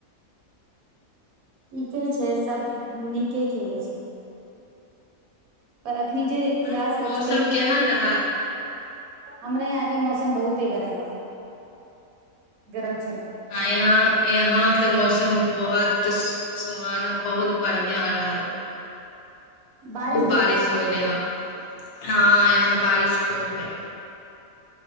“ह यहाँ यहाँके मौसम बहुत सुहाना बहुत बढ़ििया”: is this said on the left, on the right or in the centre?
Left